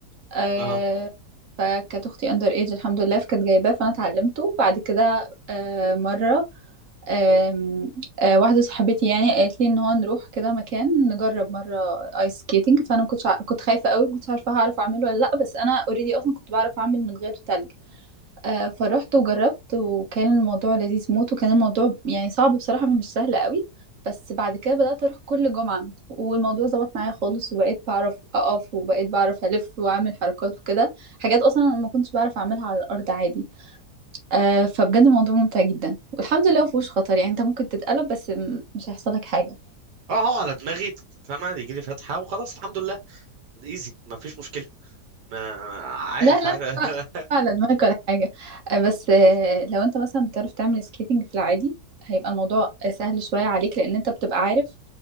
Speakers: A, on the right (about 50°); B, on the right (about 80°).
A: آه،
B: اه
A: فكانت اختي اندر ايج الحمد لله فكانت جايباه فانا اتعلمته بعد كده آه، مره آم، آه، واحده صاحبتي يعني قالت لي ان هو نروح كده مكان نجرب مره ايس سكيتنج فانا ما كنتش ع- كنت خايفه قوي ما كنتش عارفه هعرف اعمله ولا لا بس انا اوريدي اصلا كنت بعرف اعمل من غير تلج آه، فروحت وجربت وكان الموضوع لذيذ موت وكان الموضوع يعني صعب بصراحة مش سهل قوي بس بعد كده بدأت أروح كل جمعة والموضوع ظبط معايا خالص وبقيت بعرف أقف وبقيت بعرف ألف وأعمل حركات وكده حاجات أصلا أنا ما كنتش بعرف أعملها على الأرض عادي آه، فبجد الموضوع ممتع جدا والحمد لله مفهوش خطر يعني أنت ممكن تتقلب بس م- مش هيحصل لك حاجة
B: اه هو على دماغي فاهمة يجي لي فتحة وخلاص الحمد لله ايزي ما فيش مشكلة ما عارف
A: لا لا
B: عارف <laughs>
A: مش على دماغك ولا حاجة آه، بس آه، لو انت مثلا بتعرف تعمل سكيتنج في العادي هيبقى الموضوع آه، سهل شوية عليك لأن انت بتبقى عارف